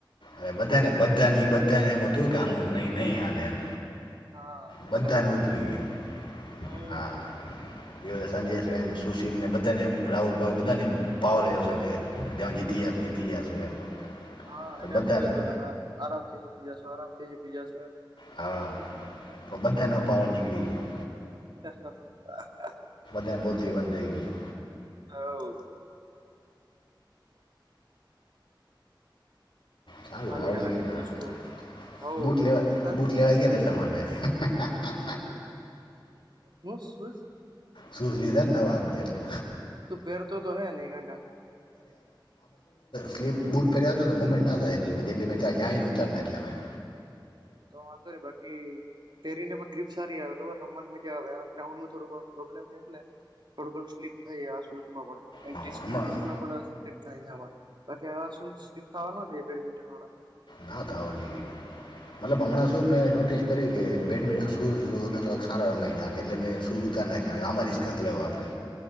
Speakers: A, on the left; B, on the right.
A: અરે બધાને બધાને એ બધાને એમ હતું કે આનું નહી નહી
B: હા
A: હાલે એમ.
B: હા
A: બધાને
B: હેને
A: ઉતરી ગયો.
B: હમ
A: હા. એ સંજય છન સુશીલ ને બધા બધાને એમ રાહુલ બાબુ બધાને એમ પાવર રહશે કે જીતીશ જીતી જશું એમ.
B: હા
A: પણ
B: એને
A: બધા
B: એમજ હતું કે તમે આરામથી જીતી જશો આરામથી જીતી જશો એમ.
A: હા તો બધાનો પાવ નીકળી ગયો.
B: <unintelligible>
A: ધાન બવ જીવન થઈ ગયું.
B: હાવ.
A: સારું
B: હાલ્યા
A: આવડી
B: રાખે
A: ગયું ને
B: બીજું શું હોય હવ
A: બૂટ લેવા
B: સર
A: બુટ લેવા ગયા ને એટલા માટે. <unintelligible>
B: હું શુંઝ?
A: સુૂઝ લીધાને નવા આપડે એટલે.
B: તોપેર તો તો હૈ નને ઘંટા.
A: એટલી બુટ પહેર્યાને મોમેન્ટ ના થાય એટ બધી એટલે મે ચ જને ઉતારી નાખ્યા મેં.
B: તો વાંધો નહી બાકી પેરીને પણ ગ્રીપ સારી આવે. ખબર રમવાની મજા આવે આ ગ્રાઉન્ડમાં થોડું પ્રોબ્લેમ થાય એટલે થોડું ઘણું સ્લીપ થાય આ શૂઝમાં પણ.
A: હા
B: એટી સ્પીડ
A: હમણાં
B: માં પણ <inaudible> થાય છે આમાં બાકી શુ સ્લીપ થવાનો છે બેડમિન્ટ વાળા.
A: ના થાવ જઈ મતલબ
B: હમ
A: હમણાં શું
B: હમ
A: મેં નોટિસ કરી કે બેડમિન્ટન શૂઝ વ સારા નાખે એટલે મેં શઝ ઉતાર નાખ્યા આમાં રિસ્ક નથી લે આપડે.